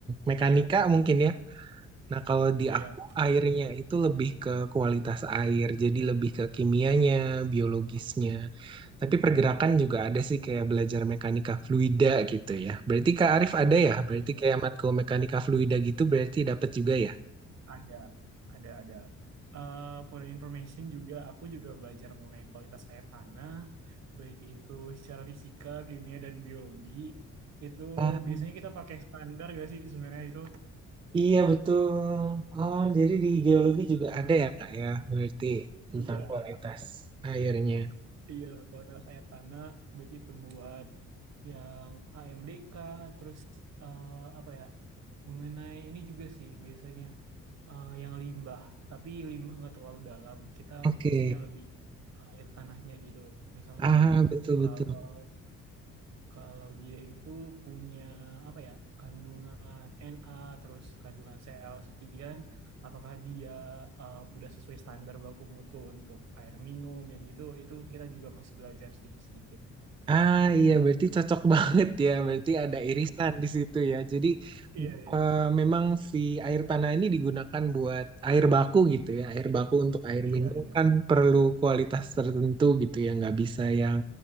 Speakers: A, on the right; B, on the right.
A: mekanika
B: iya,
A: mungkin ya. Nah, kalau di
B: iya,
A: aku
B: mekanik.
A: airnya itu lebih ke kualitas air, jadi lebih ke kimianya, biologisnya. Tapi pergerakan juga ada sih kayak belajar mekanika fluida gitu ya. Berarti Kak Arif ada ya? Berarti
B: Iya,
A: kayak matkul mekanika fluida gitu berarti dapat juga ya?
B: ada, ada, ada. Eh, for your information juga, aku juga belajar mengenai kualitas air tanah, baik itu secara fisika, kimia, dan biologi. Itu
A: Ah,
B: biasanya kita pakai standar gak sih sebenarnya itu?
A: iya betul. Oh, jadi di geologi
B: Nah,
A: juga ada ya Kak ya? Berarti tentang
B: iya,
A: kualitas airnya.
B: iya, kualitas air tanah, baik itu buat yang AMDK, terus eh, apa ya, mengenai ini juga sih biasanya eh, yang limbah, tapi limbah nggak terlalu dalam, kita
A: Oke.
B: fokusnya lebih ke air tanahnya gitu. Misalnya
A: Ah, betul-betul.
B: kalau kalau dia itu punya apa ya kandungan Na terus kandungan Cl sekian apakah dia uh, udah sesuai standar baku mutu untuk air minum yang gitu itu kita juga masih belajar sedikit-sedikit.
A: Ah iya berarti cocok <laughs> banget ya berarti ada irisan di situ ya jadi
B: Iya, iya,
A: eh, memang si air tanah ini digunakan buat air baku gitu ya air baku untuk air
B: iya,
A: minum
B: iya,
A: kan perlu kualitas tertentu gitu ya nggak bisa yang